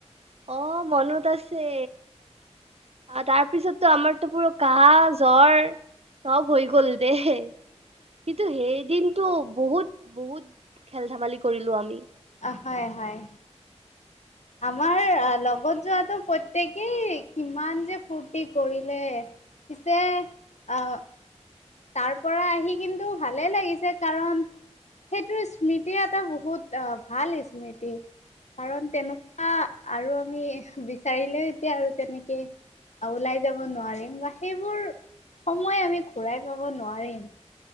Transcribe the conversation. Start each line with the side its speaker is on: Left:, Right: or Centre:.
Right: অ মনত আছে। অ তাৰপিছতো আমাৰতো পুৰৰা কাহ জ্বৰ চব হৈ গ'ল দে কিন্তু সেইদিনটো বহুত বহুত খেল ধেমালি কৰিলো আমি।
Left: অ হয়, হয়। আমাৰ আ লগত যোৱাটো প্ৰত্যেকেই কিমান যে ফুৰ্তি কৰিলে। পিছে অ তাৰ পৰা আহি কিন্তু ভালে লাগিছে কাৰণ সেইটো স্মৃতিৰ এটা বহুত আহ ভাল স্মৃতি। কাৰণ তেনেকুৱা আৰু আমি বিচাৰিলেও এতিয়া আৰু তেনেকে ওলাই যাব নোৱাৰিম বা সেইবোৰ সময় আমি ঘূৰাই পাব নোৱাৰিম।